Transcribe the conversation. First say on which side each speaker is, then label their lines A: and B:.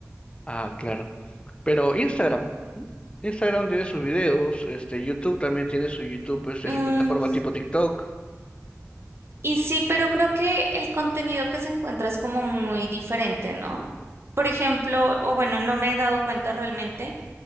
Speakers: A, on the left; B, on the right.
A: Ah, claro. Pero Instagram, ¿m? Instagram tiene sus videos, este, YouTube también tiene su YouTube, este,
B: Mm,
A: su plataforma tipo TikTok.
B: y sí, pero creo que el contenido que se encuentra es como muy diferente, ¿no? Por ejemplo, o bueno, no me he dado cuenta realmente